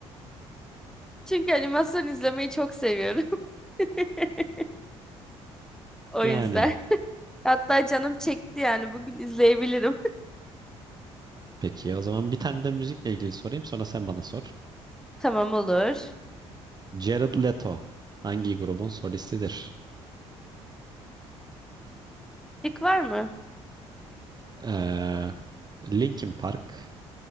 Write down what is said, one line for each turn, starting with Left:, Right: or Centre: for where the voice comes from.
Centre: Çünkü animasyon izlemeyi çok seviyorum. <laughs> O
Right: Yani
Centre: yüzden. Hatta canım çekti yani bugün izleyebilirim.
Right: peki o zaman bir tane de müzikle ilgili sorayım sonra sen bana sor.
Centre: <laughs> Tamam olur.
Right: Jared Leto hangi grubun solistidir?
Centre: Lik var mı?
Right: Ee, Linkin Park,